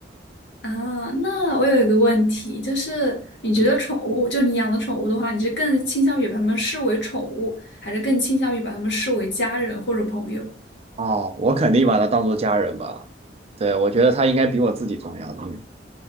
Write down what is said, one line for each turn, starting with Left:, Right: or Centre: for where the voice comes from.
Left: 啊。那我有一个问题，就是你觉得宠物，
Right: 嗯，
Left: 就你养的宠物的话，你是更倾向于把它们视为宠物，还是更倾向于把它们视为家人或者朋友？
Right: 哦，我肯定把它当做家人吧。对，我觉得它应该比我自己重要的嗯